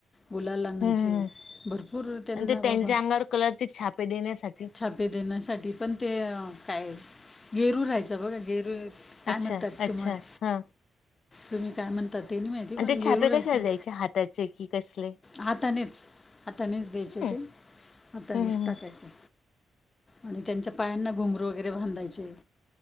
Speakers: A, on the left (about 25°); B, on the left (about 80°).
A: गुलाल आणायचे
B: हम्म
A: भरपूर त्यांना
B: आणि ते
A: बाबा
B: त्यांच्या अंगावर कलरचे छापे देण्यासाठी
A: छप. ते देण्यासाठी पण ते अ काय. गरू राहायच बघा गेरू काय
B: अच्छा
A: म्हणतात
B: अच्छा
A: तुम्हाला
B: हा
A: तुम्ही काय म्हण''--'' तेनी माहिती पण
B: आणि ते
A: गेरू
B: छापे
A: राहायचं.
B: कशाला द्यायचे हाताचे कि कसले
A: हातानेच हातानेच द्यायचे
B: हम्म
A: ते हातानेच
B: हम्म हम्म
A: टाकायचे. आणि त्यांच्या पायांना घुमरू वगैरे बांधायचे.